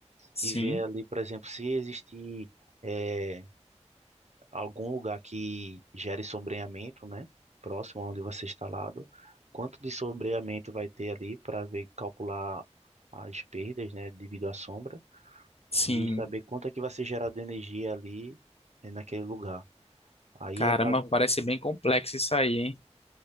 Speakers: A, on the left; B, on the right.
A: Sim,
B: e ver ali, por exemplo, se existir eh, algum lugar que gere sombreamento, né? Próximo onde você está instalado. Quanto de sombreamento vai ter ali para ver, calcular as perdas, né, devido à sombra
A: sim.
B: e saber quanto é que vai ser gerado energia ali eh, naquele lugar. Aí
A: Caramba,
B: é, ba-
A: parece bem complexo isso aí, hein?